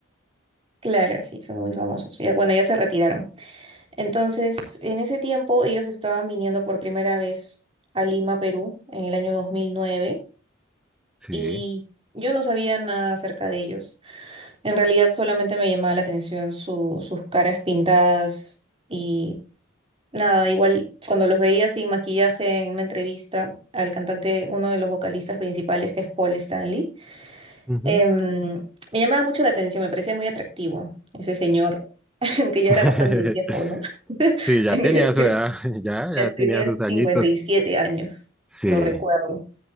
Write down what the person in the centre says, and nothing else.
Sí.
Ujú.
<laughs>
Sí, ya
tenía
su edad, <laughs> ya, ya
tenía
sus
añitos.
Sí,